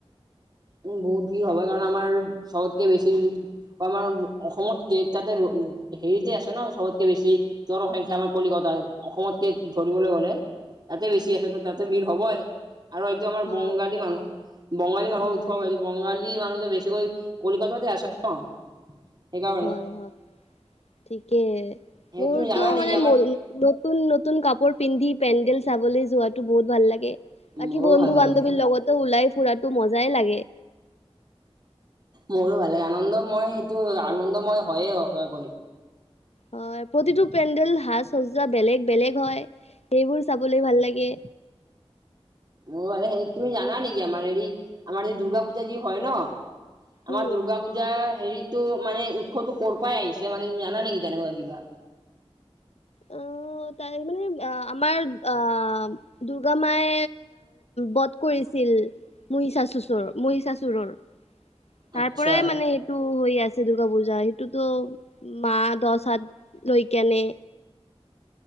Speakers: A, on the right (about 40°); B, on the left (about 85°).
A: উম বহুত ভিৰ হ'ব কাৰণ আমাৰ চবতকে বেছি আমাৰ অসমতকে তাতে হেৰিতে আছে ন চবতকে বেছি জনসংখ্যা আমাৰ কলিকতাৰ অসমতকে ধৰিবলৈ গলে তাতে বেছি আছে ত' তাতে ভিৰ হবই, আৰু এইটো আমাৰ
B: অ
A: বংগালী মানুহ বঙালী মানুহৰ
B: হয়
A: উৎ বংঙালী মানুহ বেছিকৈ কলকাতাতে আছে ন সেইকাৰণে
B: হয়, হয় ঠিকে
A: সেই
B: মোৰতো
A: তুমি জানা নেকি
B: মানে
A: আমাৰ
B: ম নতুন নতুন কাপোৰ পিন্ধি পেণ্ডেল চাবলৈ যোৱাটো বহুত ভাল লাগে বাকী
A: মোৰো
B: বন্ধু-বান্ধৱীৰ
A: ভাল লাগে
B: লগতো ওলাই ফুৰাতটো মজাই লাগে।
A: মোৰো ভাল লাগে আনন্দ মই সেইটো আনন্দ মই হয়য়ে সচাকৈ
B: হয়, প্ৰতিটো পেণ্ডেল সাজ-সজ্জা বেলেগ বেলেগ হয়, সেইবোৰ চাবলৈ ভাল লাগে।
A: অ সেই তুমি জানা নেকি আমাৰ হেৰি আমাৰ যে দুূৰ্গা পূজা যে হয় ন আমাৰ
B: উম।
A: দুৰ্গা পূজা পূজা হেৰিতো মানে উৎসৱতটো ক'ৰ পৰাই আহিছে মানে তুমি জানা নেকি তেনেকুৱা কিবা?
B: অ তাৰ মানে আমাৰ আ দুৰ্গা মায়ে বধ কৰিছিল মহিচাচুচৰ মহিষাসুৰৰ
A: আচ্ছা
B: তাৰ পৰাই মানে টো হৈ আছে দূৰ্গা পূজা সেইটোতো মা দহ হাত লৈ কেনে